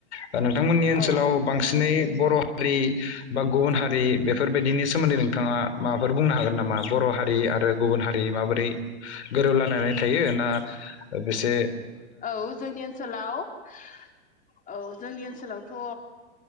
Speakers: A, on the left (about 70°); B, on the left (about 25°).
A: दा नोंथांमोननि ओनसोलाव
B: औ
A: बांसिनै बर' हारि बा गुबुन हारि बेफोरबायदिनि सोमोन्दै नोंथाङा माबाफोर बुंनो हागोन नामा बर' हारि आरो गुबुन हारि माबोरै गोरोबलायनाय थायो ना एसे
B: औ जोंनि ओनसोलाव औ जोंनि ओनसोलाव थ'